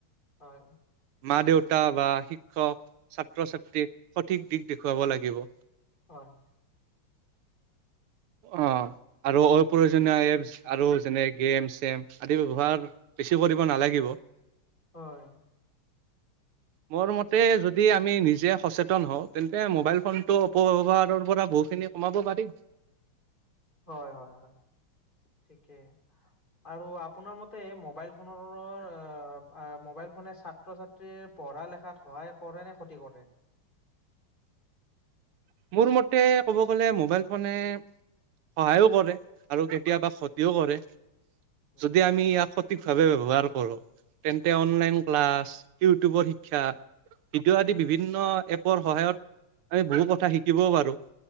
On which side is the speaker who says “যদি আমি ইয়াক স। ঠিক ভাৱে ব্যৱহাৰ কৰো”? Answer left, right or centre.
Right